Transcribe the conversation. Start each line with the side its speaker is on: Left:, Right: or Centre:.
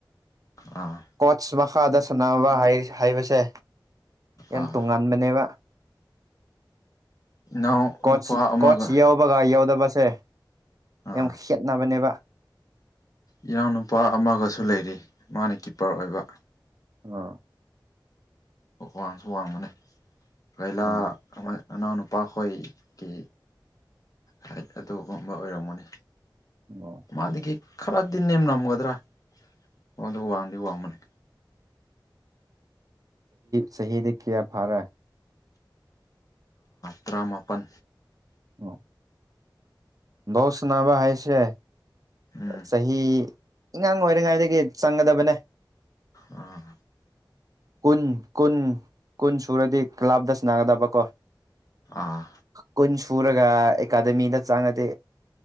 Left: ꯑꯥ
Right: ꯀꯣꯆ ꯃꯈꯥꯗ ꯁꯥꯟꯅꯕ ꯍꯥꯏꯕꯁꯦ ꯌꯥꯝ
Left: ꯑꯥ
Right: ꯇꯣꯉꯥꯟꯕꯅꯦꯕ
Left: ꯏꯅꯥꯎ
Right: ꯀꯣꯆ
Left: ꯅꯨꯄꯥ ꯑꯃꯒ
Right: ꯀꯣꯆ ꯌꯎꯕꯒ ꯌꯧꯗꯕꯁꯦ
Left: ꯑꯥ
Right: ꯌꯥꯝ ꯈꯦꯠꯅꯕꯅꯦꯕ
Left: ꯏꯅꯥꯎꯅꯨꯄꯥ ꯑꯃꯒꯁꯨ ꯂꯩꯔꯤ ꯃꯥꯅ ꯀꯤꯞꯄꯔ ꯑꯣꯏꯕ
Right: ꯑꯥ
Left: ꯋꯥꯡꯁꯨ ꯋꯥꯡꯕꯅꯦ ꯀꯩꯂꯥ
Right: ꯑꯣ
Left: ꯑꯃ ꯅꯅꯥꯎꯅ ꯅꯨꯄꯥꯈꯣꯏꯒꯤ ꯍꯥꯏꯠ ꯑꯗꯨꯒꯨꯝꯕ ꯑꯣꯏꯔꯝꯃꯅꯤ
Right: ꯑꯣ
Left: ꯃꯥꯗꯗꯒꯤ ꯈꯔꯗꯤ ꯅꯦꯝꯅꯝꯒꯗ꯭ꯔꯥ ꯑꯣꯗ ꯋꯥꯡꯗꯤ ꯋꯥꯡꯕꯅꯦ
Right: ꯁꯍꯤꯗ ꯀꯌꯥ ꯐꯥꯔꯥ
Left: ꯇꯔꯥꯃꯥꯄꯜ
Right: ꯑ ꯕ‌ꫭꯜ ꯁꯨꯅꯥꯕ ꯍꯥꯏꯁꯦ
Left: ꯎꯝ
Right: ꯆꯍꯤ ꯑꯉꯥꯡ ꯑꯣꯏꯔꯤꯉꯥꯏꯗꯒꯤ ꯆꯪꯒꯗꯕꯅꯦ
Left: ꯑꯥ
Right: ꯀꯨꯟ ꯀꯨꯟ ꯀꯨꯟ ꯁꯨꯔꯗꯤ ꯀ꯭ꯂꯥꯞꯇ ꯁꯥꯟꯅꯥꯒꯗꯕ ꯀꯣ
Left: ꯑꯥ
Right: ꯀꯨꯟꯁ ꯐꯨꯔꯒ ꯑꯦꯀꯥꯗꯃꯤꯗ ꯆꯪꯉꯗꯤ